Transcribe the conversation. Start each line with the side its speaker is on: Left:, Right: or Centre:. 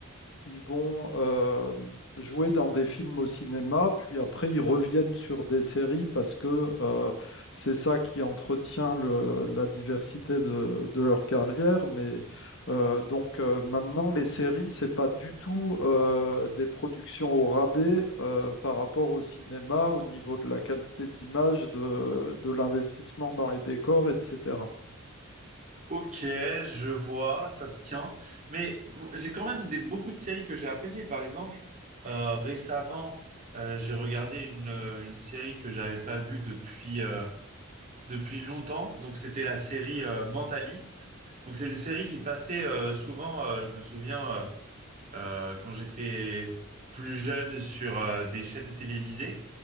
Left: ils vont euh, jouer dans des films au cinéma, puis après ils reviennent sur des séries parce que euh, c'est ça qui entretient le- la diversité de, de leur carrière. Mais euh, donc euh, maintenant, les séries, c'est pas du tout euh, des productions au rabais euh, par rapport au cinéma, au niveau de la qualité d'image, de, de l'investissement dans les décors, etc.
Right: Ok, je vois, ça se tient. Mais j'ai quand même des, beaucoup de séries que j'ai appréciées. Par exemple, euh, récemment, euh, j'ai regardé une, euh, une série que j'avais pas vue depuis, euh, depuis longtemps. Donc, c'était la série euh, Mentaliste. Donc, c'est une série qui passait euh, souvent, euh, je me souviens, euh, euh, quand j'étais plus jeune sur euh, des chaînes télévisées.